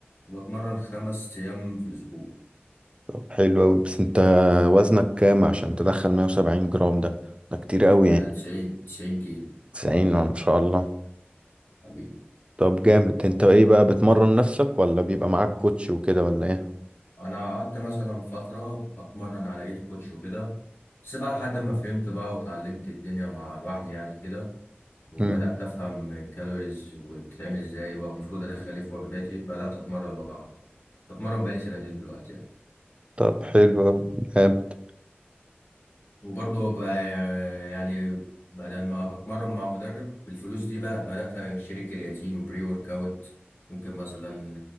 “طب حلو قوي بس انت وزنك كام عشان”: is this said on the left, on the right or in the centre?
Right